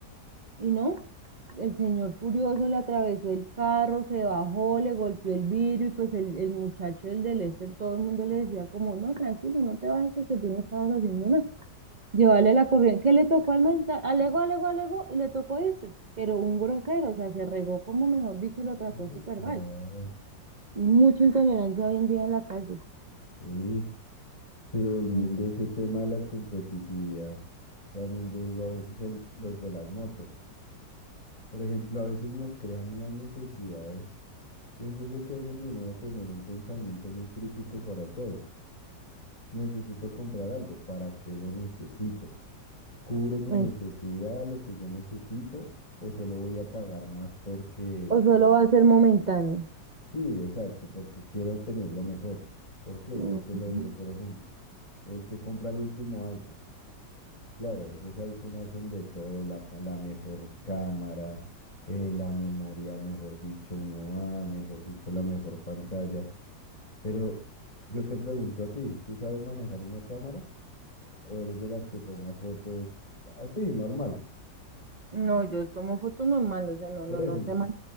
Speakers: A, on the right; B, on the left.
A: Y no, el señor furioso le atravesó el carro, se bajó, le golpeó el vidrio y pues el, el muchacho, el del este, todo el mundo le decía como, no, tranquilo, no te bajes porque tú no estabas haciendo nada. Llevarle la corriente, que le tocó al mental, alegó, alegó, alegó y le tocó irse, pero un grosero, o sea, se regó como mejor dicho, lo trató
B: No,
A: súper
B: claro,
A: mal. Y mucha intolerancia hoy en día en la calle.
B: sí. Pero volviendo
A: Mm,
B: a ese tema de la competitividad, también yo digo a veces el, los de las motos. Por ejemplo, a veces nos crean unas necesidades. Pienso yo que es donde uno debe tener un pensamiento muy crítico para todo. Necesito comprar algo, ¿para qué lo necesito? ¿Cubre mi
A: eh,
B: necesidad, lo que yo necesito, o solo voy a pagar más porque,
A: O solo va a ser momentáneo.
B: sí, exacto, porque quiero tenerlo mejor? ¿Por qué?
A: Ujú.
B: ¿Qué te lo digo? Por ejemplo, el que compra el último iPhone. Claro, esos iPhone hacen de todo, la, ca- la mejor cámara, eh, la memoria, mejor dicho, uno a mejor dicho, la mejor pantalla. Pero yo te pregunto a ti, ¿tú sabes manejar una cámara o eres de las que toma fotos así, normal?
A: No, yo tomo fotos normal, o sea, no,
B: Por
A: no,
B: eso,
A: no
B: entonces,
A: se man-